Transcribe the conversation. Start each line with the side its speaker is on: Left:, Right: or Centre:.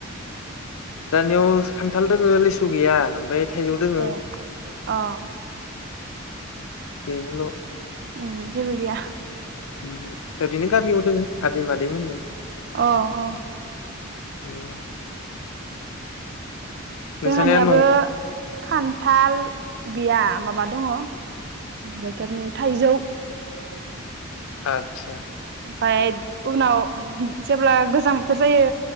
Left: जाहानियाव खान्थाल दं लेसु गैया ओमफ्राय थाइजौ दोङो
Right: ए अ
Left: बेनोल
Right: ओम जेबो गैया
Left: उहु ओरैनो गामियाव दोङो आदै मादै मोननियाव
Right: अ अ
Left: ओम नोंसानिया
Right: जोंहानियाबो
Left: न'
Right: खान थाल गैया माबा दङ बोथोरनि थाइजौ
Left: आतसा
Right: ओमफाय उनाव जेब्ला गोजां बोथोर जायो